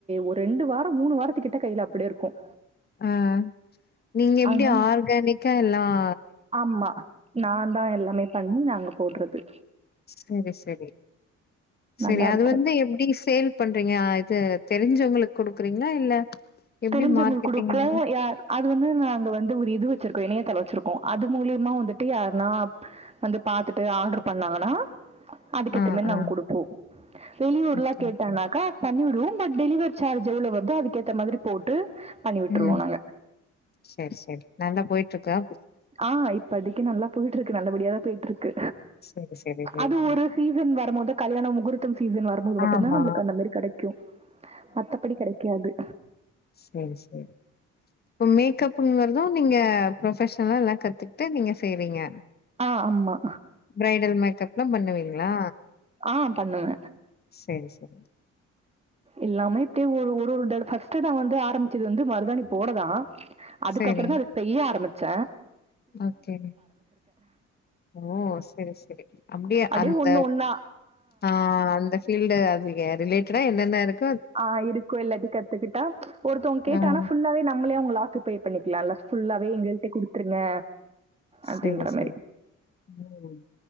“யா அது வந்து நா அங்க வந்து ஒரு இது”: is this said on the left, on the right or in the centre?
Right